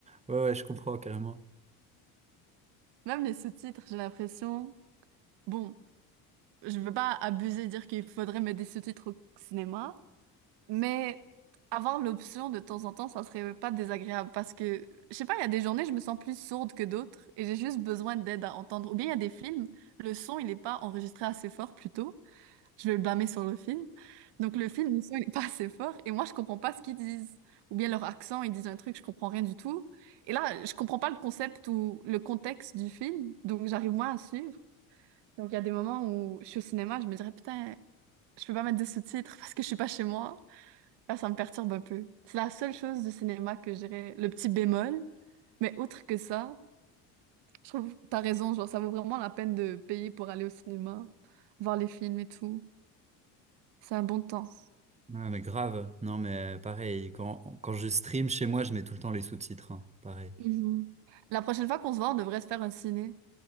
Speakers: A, on the right; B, on the right.
A: Ouais, ouais, je comprends carrément.
B: Même les sous-titres, j'ai l'impression. Bon, je veux pas abuser et dire qu'il faudrait mettre des sous-titres au cinéma, mais avoir l'option de temps en temps, ça serait pas désagréable parce que, je sais pas, il y a des journées, je me sens plus sourde que d'autres et j'ai juste besoin d'aide à entendre. Ou bien il y a des films, le son, il est pas enregistré assez fort plutôt. Je vais le blâmer sur le film. Donc le film, le son, il n'est pas assez fort. Et moi, je comprends pas ce qu'ils disent. Ou bien leur accent, ils disent un truc, je comprends rien du tout. Et là, je comprends pas le concept ou le contexte du film. Donc j'arrive moins à suivre. Donc il y a des moments où je suis au cinéma, je me dirais, putain, je peux pas mettre des sous-titres parce que je suis pas chez moi. Là, ça me perturbe un peu. C'est la seule chose du cinéma que je dirais, le petit bémol. Mais outre que ça, je trouve, t'as raison, genre, ça vaut vraiment la peine de payer pour aller au cinéma, voir les films et tout. C'est un bon temps.
A: Ah, mais grave. Non, mais pareil, quand, quand je stream chez moi, je mets tout le temps les sous-titres, hein, pareil.
B: Mhm. La prochaine fois qu'on se voit, on devrait se faire un ciné.